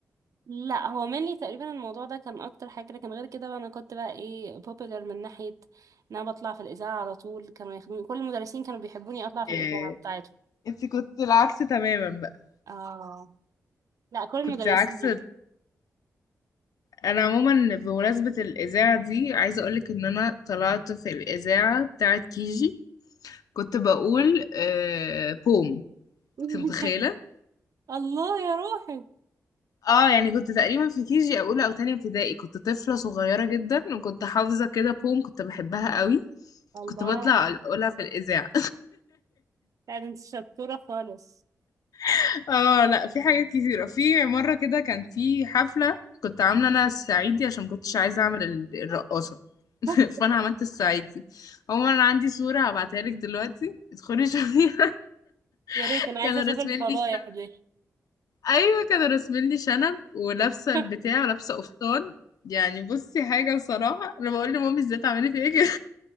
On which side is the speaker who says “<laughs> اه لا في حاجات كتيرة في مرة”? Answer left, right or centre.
Left